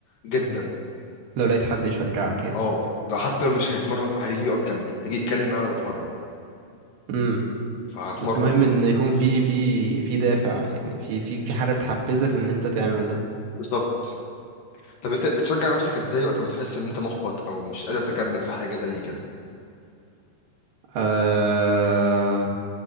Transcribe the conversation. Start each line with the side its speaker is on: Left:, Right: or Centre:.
Left: جدا
Right: لو لقيت حد يشجعك يعني
Left: اه لو حتى مش هيتمرن هيجي يقف جنبي هيجي يتكلم معايا وانا بتمرن
Right: امم.
Left: فهتمرن
Right: بس مهم ان يكون في في في دافع يعني في في في حاجه بتحفزك ان انت تعمل ده
Left: بالظبط طب انت بتشجع نفسك ازاي وقت ما بتحس ان انت محبط او مش قادر تكمل في حاجه زي كده
Right: أه